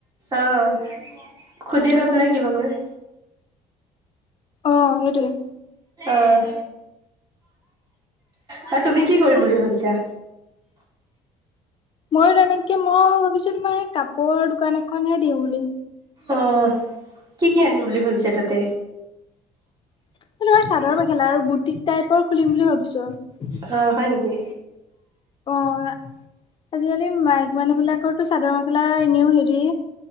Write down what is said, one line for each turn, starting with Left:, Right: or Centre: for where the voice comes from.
Right: অ', সুধি
Left: সেইটোৱে
Right: লৈ
Left: ফাৰ্ষ্ট
Right: পেলাই কিবা কৰে।
Left: অ', সেইটোৱেই।
Right: অ'। বা তুমি কি কৰিম বুলি ভাবিছা?
Left: ময়ো তেনেকে মই ভাবিছোঁ তোমাৰ সেই কাপোৰৰ দোকান এখনহে দিওঁ বুলি।
Right: অহ, কি কি আনিম বুলি ভাবিছা তাতে?
Left: ম‌ই তোমাৰ চাদৰ মেখেলা আৰু বুটিক টাইপৰ খুলিম বুলি ভাবিছোঁ আৰু।
Right: অ', হয় নেকি?
Left: অ'। আজিকালি মাইকী মানুহ বিলাকৰতো চাদৰ মেখেলা এনেও হেৰি